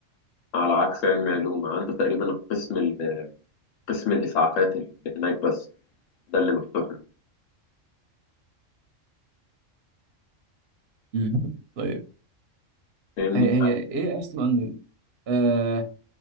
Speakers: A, on the left; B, on the right.
A: على عكس علم علوم عنده تقريبا القسم ال- قسم الإسعافات اللي هناك بس ده اللي مفتوح له
B: مم. طيب
A: فاهمني
B: هي هي ايه اصلا آه